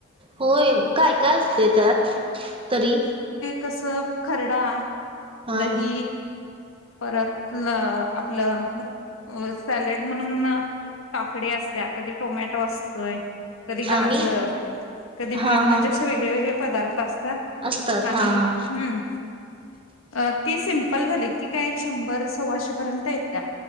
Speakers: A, on the right; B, on the left.
A: होय काय काय असते त्यात? तरी
B: कस खरडा.
A: हा
B: दही परत आपलं सॅलेड म्हणून काकडी असतीया कधी टोमॅटो असतोय. कधी गाजर
A: आणि
B: कधी
A: हा
B: बीट म्हणजे
A: हा
B: असे वेगळे वेगळे पदार्थ असत
A: असतात
B: आणि
A: हा हा
B: हम्म अ ती सिम्पल झाली ती काय एक शंभर सव्वाशे पर्यंत येत्या.